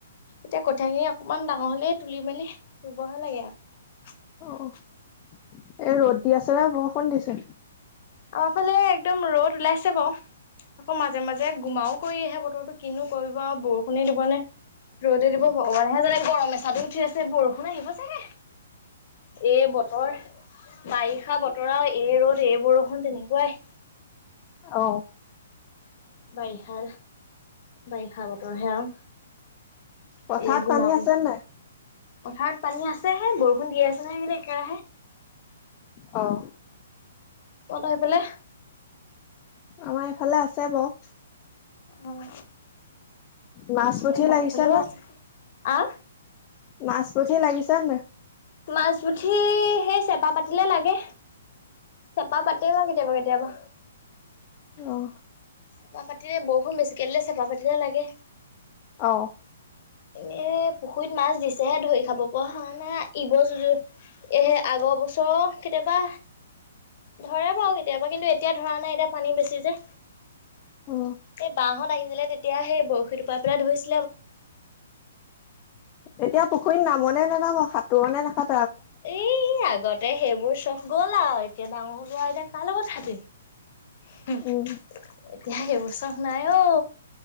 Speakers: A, on the left; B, on the left.
A: এতিয়া কঠিয়াখিনি অকমান ডাঙৰ হ'লে তুলি- মেলি ৰুবহে লাগে আৰু
B: এ, ৰ'দ দি আছেনে বৰষুণ দিছে?
A: আমাৰ ফালে একদম ৰ'দ ওলাইছে বাৰু, আকৌ মাজে-মাজে গোমাও কৰি আহে বতৰটো। কিনো কৰিব আৰু বৰষুণে দিব নে ৰ'দ দিব। ভগৱানেহে জানে গৰম এচাতি উঠি আছে বৰষুণ আহিব চাগে, এই বতৰ বাৰিষা বতৰত এই ৰ'দ, এই বৰষুণ তেনেকুৱাই।
B: অ'।
A: বাইৰিষা বাৰিষা বতৰহে আৰু
B: পথাৰত
A: এই গুমাকো
B: পানী আছে নাই?
A: পথাৰত পানী আছেহে, বৰষুণ দি আছে নহ বোলে একেৰাহে।
B: অ'।
A: অন হৈ পেলাই
B: আমাৰ এইফালে আছে বাৰু।
A: অ'
B: নাচপতি
A: অ' মই
B: লাগিছে
A: ভলো আছো আহ।
B: মাছ-পুঠি লাগিছে নাই?
A: মাাছ, পুঠি সেই চেপা পাতিলে লাগে। চেপা পাতিবা কেতিয়াবা, কেতিয়াবা।
B: অহ।
A: চেপা পাতিলে বৰষুণ বেছিকে দিলে, চেপা পাতিলে লাগে।
B: অহ।
A: এনে পুখুৰীত মাছ দিছেহে ধৰি খাব পৰা হোৱা নাই ইবছৰ এহে আগৰ বছৰৰ কেতিয়াবা। ধৰে বাৰু কেতিয়াবা কিন্তু এতিয়া ধৰা নাই এতিয়া পানী বেছি যে'
B: উ
A: এই বাহঁত আহিছিলে তেতিয়া সেই বৰশী টোপ পেলাই ধৰিছে।
B: এতিয়া পুখুৰীত নামনে নানাম, সাঁতোৰণে নাখা
A: এ আগতে সেইবোৰ চব গ'ল আৰু এতিয়া ডাঙৰ হবোৱা এতিয়া কাৰ লগত সাঁতুৰিম।
B: উম
A: এতিয়া হেই চক নাই ও।